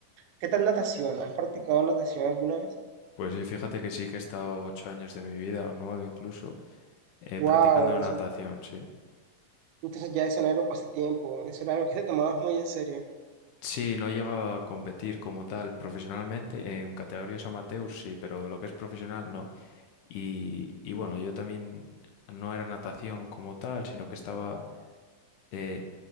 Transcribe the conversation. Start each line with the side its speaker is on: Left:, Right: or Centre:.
Right: ¿qué tal natación? ¿Has practicado natación alguna vez?
Left: Pues sí, fíjate que sí, que he estado ocho años de mi vida o nueve incluso eh,
Right: Wow,
Left: practicando
Right: entonces,
Left: natación, sí.
Right: entonces ya eso no era un pasatiempo, eso era algo que te tomabas muy en serio.
Left: Sí, no llega a competir como tal profesionalmente. En categorías amateur sí, pero lo que es profesional no. Y, y bueno, yo también no era natación como tal, sino que estaba eh,